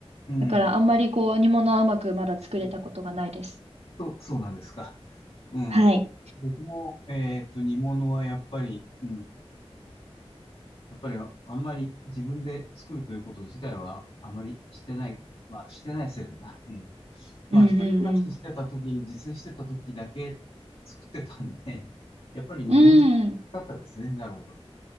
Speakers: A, on the left (about 60°); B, on the right (about 80°).
A: うん。
B: だからあんまりこう、煮物はうまくまだ作れたことがないです。
A: うんそう、そうなんですか。うん。
B: はい。
A: 僕も、えっと、煮物はやっぱり、うん。やっぱり、あんまり自分で作るということ自体は、あまりしてない。まあ、してないせいだな。うん。まあ、
B: うん、
A: 一人暮らししてた時に、
B: うん、うん。
A: 自炊してた時だけ作ってたんで、<laughs> やっぱり煮物だったですね。
B: うん、
A: なるほど。